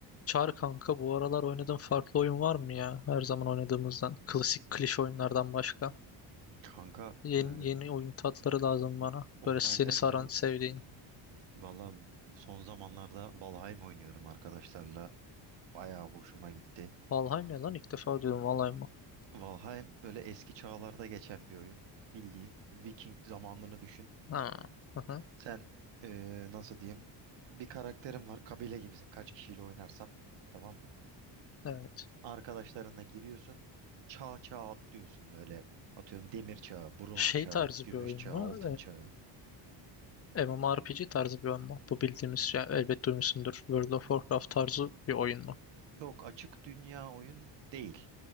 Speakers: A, on the left (about 30°); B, on the right (about 70°).
A: Çağır kanka bu aralar oynadığın farklı oyun var mı ya? Her zaman oynadığımızdan. Klasik klişe oyunlardan başka.
B: Kanka
A: Yeni,
B: e,
A: yeni oyun tatları lazım bana.
B: online
A: Böyle seni
B: değil
A: saran
B: de böyle
A: sevdiğin.
B: valla son zamanlarda Valheim oynuyorum arkadaşlarla. Bayağı hoşuma gitti.
A: Valheim ya lan ilk defa duydum Valheim mı?
B: Valheim böyle eski çağlarda geçen bir oyun. Bildiğin Viking zamanlarını düşün.
A: Ha. hı hı,
B: Sen e, nasıl diyeyim bir karakterin var kabile gibisin kaç kişiyle oynarsan tamam mı?
A: Evet.
B: Arkadaşlarınla giriyorsun çağ çağ atlıyorsun böyle atıyorum demir çağı, bronz
A: Şey
B: çağı,
A: tarzı
B: gümüş
A: bir oyun
B: çağı,
A: mu?
B: altın çağı.
A: Ee, MMORPG tarzı bir oyun mu? Bu bildiğimiz yani elbet duymuşsundur. World of Warcraft tarzı bir oyun mu?
B: Yok açık dünya oyun değil.